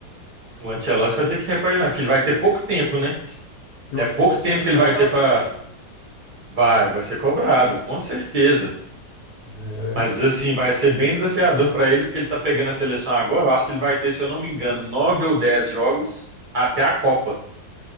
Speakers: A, on the right; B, on the left.
A: O Ancelotti vai ter que repaginar, porque ele vai ter pouco tempo, né?
B: Eu
A: É
B: acho
A: pouco
B: que ele vai
A: tempo
B: ser bem
A: que
B: cobrado
A: ele vai ter para.
B: também, né?
A: Vai, vai ser cobrado, com certeza.
B: É.
A: Mas assim, vai ser bem desafiador para ele, porque ele tá pegando a seleção agora. Eu acho que ele vai ter, se eu não me engano, nove ou dez jogos até a Copa,